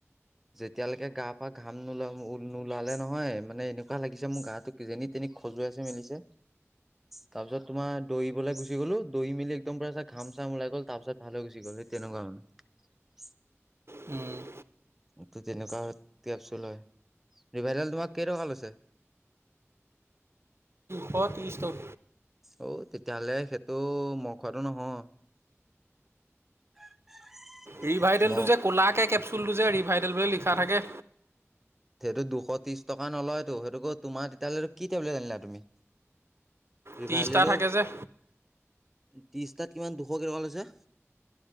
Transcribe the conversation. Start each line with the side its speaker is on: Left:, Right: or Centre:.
Centre: যেতিয়ালৈকে গা পৰা ঘাম নোলা নোলালে নহয় মানে এনেকুৱা লাগিছে মোৰ গাটোো যে তেনি সজুৱাইছে মেলিছে। তাৰ পিছত তোম দৌৰিবলৈ গুচি গ'লো দৈ মেলি একদম পু ঘাম চাম ওলাই গ'ল তাৰ পিছত ভালে গুচি গ'ল। তেনেুৱাও ন <unintelligible>
Right: উম
Centre: ত তেনেকুৱা কোব চ লয় ৰিভাইেল তোমাক কেই টকা লৈছে। <inaudible>
Right: Hot stock.
Centre: অঔ তেতিয়াহ'লে সেইটো মই খোৱাটো নহয়। <unintelligible>
Right: ৰিভাইডেলটো
Centre: মই
Right: যে ক'লাকৈ কেপচুলটো যে ৰিভাইডেল বুলি লিখা থাকে।
Centre: সেইটো দুশ ত্ৰিশ টকা নলয়তো সেইটোোক তোমাৰ তেতিয়াহ'লেো কি টেবলেট আনিলা তুমি ৰিভাইলেও
Right: ত্ৰিছটা থাকে যে।
Centre: ত্ৰিশটাত কিমান দুশ কেই টকা লৈছে?